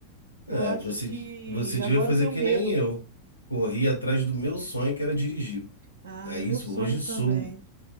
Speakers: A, on the right (about 65°); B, on the left (about 85°).
A: Eu
B: é,
A: acho
B: você,
A: que
B: você devia
A: agora
B: fazer
A: eu tenho
B: que
A: medo.
B: nem eu. Corri atrás do meu sonho, que era dirigir.
A: Ah,
B: É
A: o
B: isso,
A: meu sonho
B: hoje eu sou,
A: também,